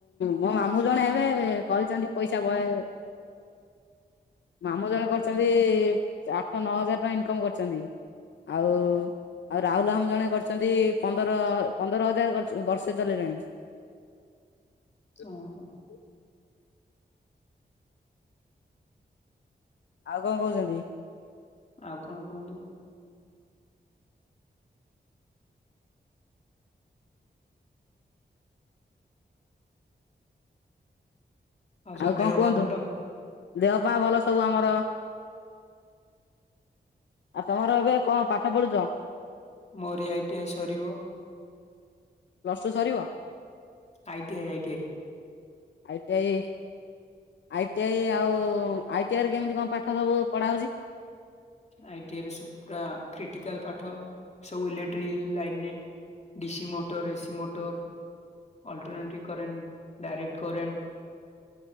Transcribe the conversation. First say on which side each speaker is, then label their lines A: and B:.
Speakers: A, on the left (about 80°); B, on the left (about 35°).
A: ମୋ ମାମୁଁ ଜଣେ ହେବେ କହିଚନ୍ତି ପଇସା ବହେ ମାମୁଁ ଜଣେ କରିଚନ୍ତି ଆଠ ନଅ ହଜାର ଟଙ୍କା ଇନକମ୍ କରିଚନ୍ତି। ଆଉ ଆଉ ରାହୁଲ୍ ମାମୁଁ ଜଣେ କରିଚନ୍ତି ପନ୍ଦର ପନ୍ଦର ହଜାର ବର୍ଷେ ଚଲେଇଲେଣି। <inaudible>
B: ଓହୋ
A: ଆଉ କଣ କଉଚନ୍ତି?
B: ଆଉ କଣ କୁହନ୍ତୁ? ସବୁ
A: ଆଉ
B: ଦେହ
A: କଣ କୁହନ୍ତୁ
B: ପା ଭଲ
A: ଦେହ ପାଅ ସବୁ ଭଲ ସବୁ ଆମର। ଆଉ ତମର ଏବେ କଣ ପାଠ ପଢୁଚ?
B: ମୋରି ଆଇଟିଆଇ ସରିବ।
A: ପ୍ଲସ୍ ଟୁ ସରିବ?
B: ITI, ITI.
A: ITI ITI, ଆଉ ଆଇ ଟି ଆଇରେ କେମିତି କଣ ପାଠ ସବୁ ପଢା ହଉଚି?
B: ଆଇଟିଆଇରେ ସବୁ ପୁରା କ୍ରିଟିକାଲ ପାଠ। ସବୁ ଇଲେକ୍ଟ୍ରି ଲାଇନ୍ ରେ। DC motor, AC motor, alternative current direct current